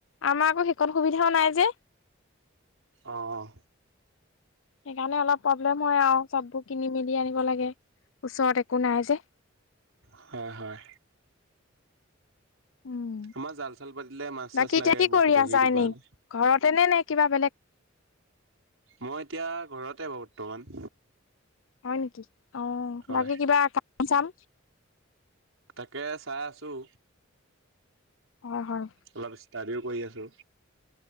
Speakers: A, on the left; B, on the right.
A: আমাৰ আকৌ সেইকণ সুবিধাও নাই যে।
B: অঁ
A: সেইকাৰণে অলপ প্ৰব্লেম হয় আৰু চব ব কিনি মেলি আনিব লাগে, ওচৰত একো নাই যে।
B: হয়- হয়।
A: উম
B: আমাৰ জাল চাল পাতিলে মাছ
A: বাকী
B: চাছ লাগে
A: এতিয়া কি
B: বৰশী
A: কৰি
B: তৰশি
A: আছা
B: টোপাই।
A: এনেই ঘৰতে নে নে কিবা বেলেগ।
B: মই এতিয়া ঘৰতে বাৰু বৰ্তমান।
A: হয় নেকি। অ
B: হয়
A: বাকী কিবা। আসাম।
B: তাকে চাই আছোঁ।
A: হয় হয়
B: অলপষ্টাৰিও। কৈ আছো।